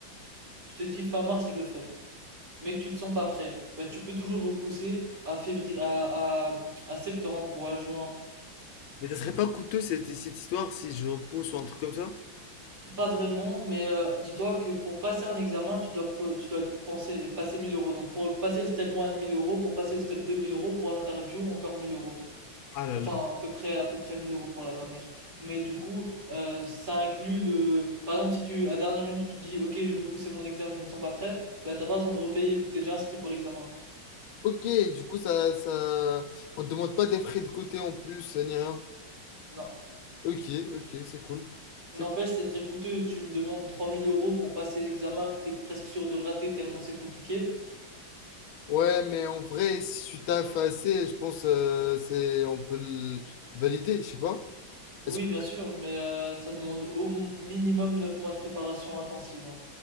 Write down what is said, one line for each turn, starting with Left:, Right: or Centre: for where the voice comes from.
Right: Tu te dis fin mars, je le fais, mais que tu te sens pas prêt, bah tu peux toujours repousser à février, à, à, à septembre ou à juin.
Left: Mais ça serait pas coûteux cette, cette histoire si je repousse ou un truc comme ça?
Right: Pas vraiment, mais euh, dis-toi que pour passer un examen, tu dois, pe- tu dois penser, passer 1000 euros. Donc pour passer le step 1, 1000 euros, pour passer le step 2, 1000 euros, pour l'interview, encore 1000 euros.
Left: Ah là
Right: Enfin,
Left: là.
Right: à peu près, à peu près 1000 euros pour la dernière. Mais du coup, euh, ça inclut le... Par exemple, si tu, à dernière minute, tu dis, OK, je veux pousser mon examen, je me sens pas prêt, bah t'as pas besoin de repayer vu que t'es déjà inscrit pour l'examen.
Left: Ok, du coup, ça, ça, on te demande pas des frais de côté en plus, euh, ni rien.
Right: Non.
Left: Ok, ok, c'est cool. C'est-
Right: N'empêche, c'est très coûteux. Tu me demandes 3000 euros pour passer l'examen que t'es presque sûr de rater tellement c'est compliqué.
Left: Ouais, mais en vrai, si tu taffes assez, je pense euh, c'est on peut le valider, je sais pas.
Right: Oui,
Left: Parce que-
Right: bien sûr, mais euh, ça demande au m- minimum 9 mois de préparation intensive. hein.